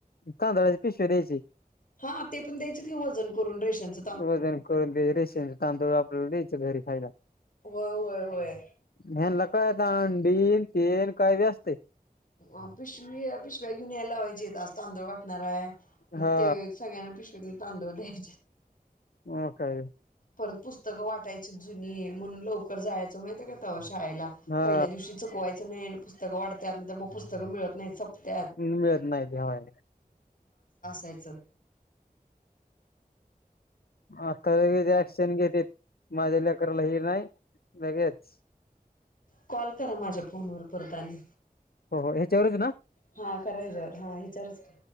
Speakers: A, on the left; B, on the left.
A: तांदळाची पिशव्या द्यायची
B: हा ते पण द्यायच की वजन करून रेशनच
A: वजन करून रेशेंचे तांदूळ आपल्याला द्यायच घरी खायला
B: होय होय होय
A: ह्यांना काय अंडी तेल काय बी असते
B: ह पिशवी पिशव्या घेऊन यायलावायेत आज तांदूळ वाटणार आहे मग
A: हा
B: ते सगळ्यांना पिशवना तांदूळ द्यायचे
A: म काय
B: परत पुस्तकं वाटायची जुनी म्हणून लवकर जायचं माहित आहे का तवा शाळेला शाळेला
A: हा
B: पहिल्या दिवशी चुकवायचं नाही पुस्तक वाटत त्यानंतर मग पुस्तकं मिळत नाही सपत्यात
A: मिळत नाही घ्यावायला
B: तायचं
A: आता ऍक्संज घेते माझ्या लकला ह नाही लगेच
B: कॉल करा माझ्या फोनवर परत आणि
A: हो हो ह्याच्यावरच ना
B: हा करायच्यावर हा हचारच का